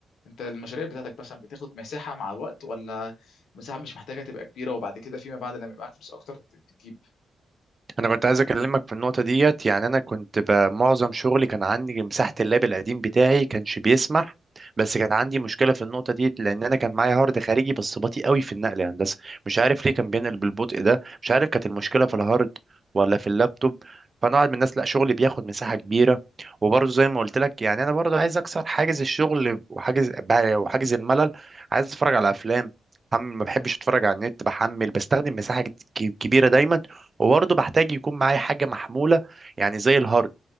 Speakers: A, on the left (about 80°); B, on the right (about 35°).
A: انت المشاريع بتاعتك مثلا بتاخد مساحه مع الوقت ولا المساحه مش محتاجه تبقى كبيره وبعد كده فيما بعد لما يبقى معاك فلوس اكتر ت- تجيب
B: انا كنت عايز اكلمك في النقطه ديت يعني انا كنت ب- معظم شغلي كان عندي مساحه اللاب القديم بتاعي كانش بيسمح بس كان عندي مشكله في النقطه ديت لان انا كان معايا هارد خارجي بس بطيء قوي في النقل يا هندسه مش عارف ليه كان بينقل بالبطء ده مش عارف كانت المشكله في الهارد ولا في اللابتوب فانا قاعد من الناس لا شغلي بياخد مساحه كبيره وبرضه زي ما قلت لك يعني انا برضه عايز اكسر حاجز الشغل وحاجز وحاجز الملل عايز اتفرج على افلام بحمل- ما بحبش اتفرج على النت بحمل بستخدم مساحه كت- كبيره دايما وبرضه بحتاج يكون معايا حاجه محموله يعني زي الهارد